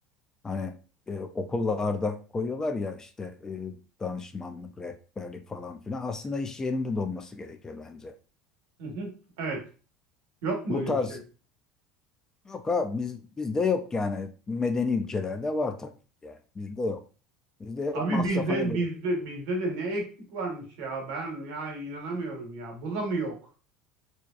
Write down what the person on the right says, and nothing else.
Hı hı. Evet. Yok mu
öyle
bir şey?
Abi
bizde
bizde bizde de ne eksik varmış ya. Ben yani inanamıyorum ya. Bu da mı yok?